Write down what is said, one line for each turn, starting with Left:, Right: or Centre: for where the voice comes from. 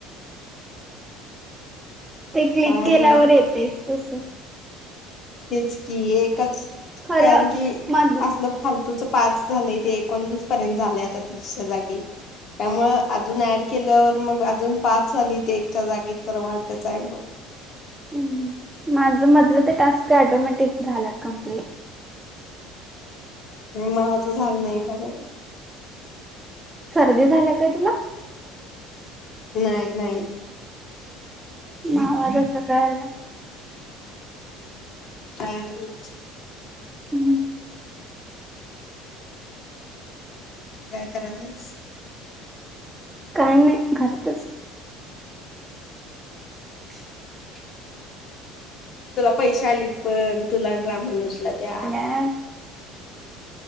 Right: ते क्लिक
Left: काय
Right: केल्यावर
Left: माहित
Right: येतयच तसं.
Left: तेच की, एक च
Right: खरं
Left: कारण की,
Right: मध
Left: असलं फालतूच टास्क झाले ते एकोणतीस पर्यंत झालय आता तीसच्या जागी त्यामुळ अजून ऍड केल्यावर मग अजून पाच झाली ते एकच्या जागी तर वाटच आहे म
Right: हम्म. माझ मधलं ते टास्क ॲटोमॅटिक झाल‌ं कंप्लीट.
Left: माझं झालं नाही खरं
Right: सर्दी झालीया काय तुला?
Left: नाही नाही.
Right: म आवाज असा का यायलाय?
Left: काय माहित.
Right: हम्म.
Left: तू काय करायलेस?
Right: काय नाय घरातच <inaudible>
Left: तुला पैसे आलीत पण तुला आणि राम, मनोज- ला त्या.
Right: आल्या